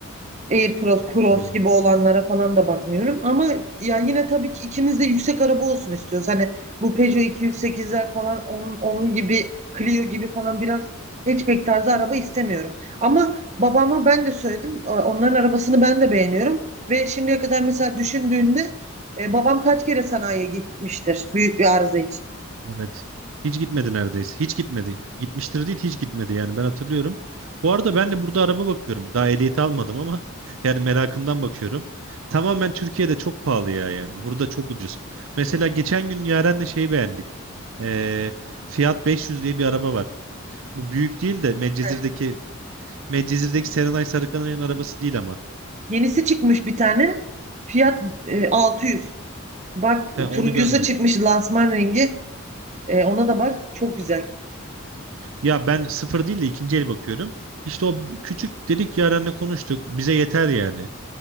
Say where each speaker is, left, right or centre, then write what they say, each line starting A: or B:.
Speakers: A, on the right (about 35°); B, on the right (about 70°).
A: Aircross, Cross
B: Anladım.
A: gibi olanlara falan da bakmıyorum. Ama ya yine tabii ki ikimiz de yüksek araba olsun istiyoruz. Hani bu Peugeot 208'ler falan onun, onun gibi Clio gibi falan biraz hatchback tarzı araba istemiyorum. Ama babama ben de söyledim. e, Onların arabasını ben de beğeniyorum. Ve şimdiye kadar mesela düşündüğünde e, babam kaç kere sanayiye gitmiştir büyük bir arıza için.
B: Evet. Hiç gitmedi neredeyse. Hiç gitmedi. Gitmiştir değil hiç gitmedi yani ben hatırlıyorum. Bu arada ben de burada araba bakıyorum. Daha ehliyeti almadım ama <laughs> yani merakımdan bakıyorum. Tamamen Türkiye'de çok pahalı ya yani. Burada çok ucuz. Mesela geçen gün Yaren'le şeyi beğendik. Ee, Fiat 500 diye bir araba var. Bu büyük değil de Medcezir'deki
A: Evet.
B: Medcezir'deki Serenay Sarıkanay'ın arabası değil ama.
A: Yenisi çıkmış bir tane. Fiyat e, 600. Bak
B: He, onu
A: turuncusu
B: görmedim.
A: çıkmış lansman rengi. E, ona da bak çok güzel.
B: Ya ben sıfır değil de ikinci el bakıyorum. İşte o bi- küçük dedik Yaren'le konuştuk. Bize yeter yani.